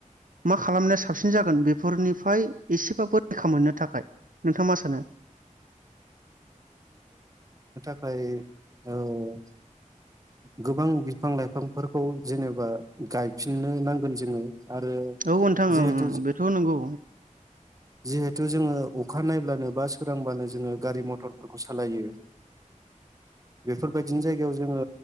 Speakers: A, on the right; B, on the right.
A: मा खालामनाया साबसिन जागोन बेफोरनिफ्राय एसेबाबो रैखा मोननो थाखाय नोंथाङा मा सानो?
B: फ्राय ओ गोबां बिफां लाइफांफोरखौ जेनेबा गायफिननो नांगोन जोङो आरो
A: औ नोथां
B: जिहेथु
A: ओं ओंं बेथ' नोंगौ
B: जिहेतु जोङो अखा नायब्लानो बा सोरांबा ङो गारि मथर फोरख सालायो बेफोरबायदिनो जायगायाव जोङो